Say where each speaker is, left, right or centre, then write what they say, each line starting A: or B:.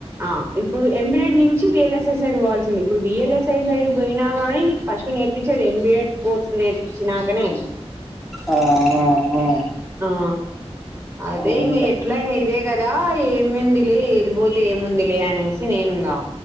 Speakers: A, on the right; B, in the centre.
A: ఆ ఇప్పుడు ఎంబి ఎడ్ నుంచి వి ఎల్ ఎస్ఎస్ సైడ్ పోవాల్సింది ఇప్పుడ్ V L S I side పోయినా గానీ నీకు ఫస్ట్ నేర్పిచ్ సరే ఎంబీ ఏడ్ కోర్స్ నేర్పించినాకనే
B: ఆ ఆ ఆ
A: ఆ అదే
B: అవునులే
A: ఇంగ ఎట్ల ఇంగ్ ఇదే కద్ రా ఏమింది లే ఏటు పోతే ఏముంది లే అనేసి నేనుగా